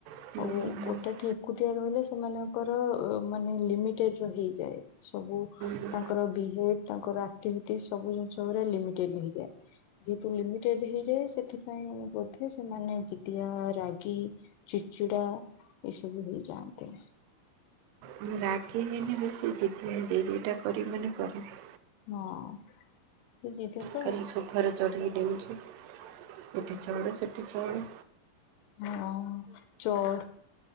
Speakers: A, on the right (about 90°); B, on the left (about 85°).
A: ହୁଁ
B: ଆଉ
A: ହୁଁ
B: ଗୋଟାଟି ଏକୁଟିଆ ରହିଲେ ସେମାନଙ୍କର ମାନେ ଲିମିଟେଡ ର ହେଇଯାଏ। ସବୁ
A: ହୁଁ ହୁଁ
B: ତାଙ୍କର ବିହେବ ତାଙ୍କର ଆକ୍ଟିଭିଟି ସବୁ ଜିନିଷ ଲମିଟେଡ ହେଇଯାଏ। ଯେହେତୁ ଲିମିଟେଡ ହେଇଯାଏ ସେଥିପାଇଁ ବୋଧେ ସେମାନେ ଜିଦିଆ ରାଗ ଚିଚିଡା ଏସବୁ ହେଇଯାଆନ୍ତି।
A: ହୁଁ ରାଗୀ କିନି ବେସି ଜିଦିଆ ଏଇଟା କରିବି ମାନେ କରିବି।
B: ହଁ ସେ ଜିଦିଆ ତ
A: ଖାଲି ସୋଫାରେ ଚଢ଼ିକି ଡେଉଁଛି ଏଠି ଚଢେ ସେଠି ଚଢେ
B: ହଁ ଚଢ଼